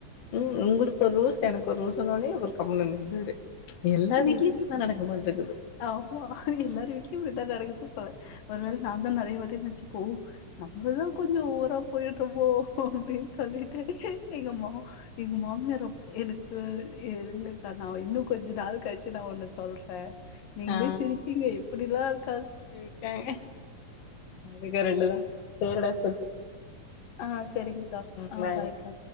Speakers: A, on the left; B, on the left.
A: உம் உங்களுக்கு ரூஸ் எனக்கு ஒரு ரூ சொன்னவுன்னே அவரு கம்னு இறுந்துருவாரு எல்லா வீட்லயும்
B: ஆ.
A: இப்படிதான் நடக்க மாட்ருக்குது
B: ஆமா எல்லாரு வீட்டுலயும் இப்படிதான் நடக்குது போல ஒரு வேல நான் தான் நிறைய வாட்டி வச்சு போவோம் நம்மதான் கொஞ்சம் ஓவரா போய்ட்ரும் போ போ அப்டின்னு சொல்லிட்டு எங்கம்மா எங்க மாமியார் ரொம் எனக்கு எங்கக்கா நா இன்னு கொஞ்ச நாள் கழிச்சு நா ஒன்னு சொல்ற நீங்களே
A: ஆ
B: சிரிப்பிக்க இப் அப்டிலா இல்
A: இருக்காங்க அதுக ரெண்டுதா சேரிடா சேர்
B: ஆ செரிங்கக்கா
A: ம்
B: ஆ
A: பாய்
B: ஃபாய்க்கா
A: பாய்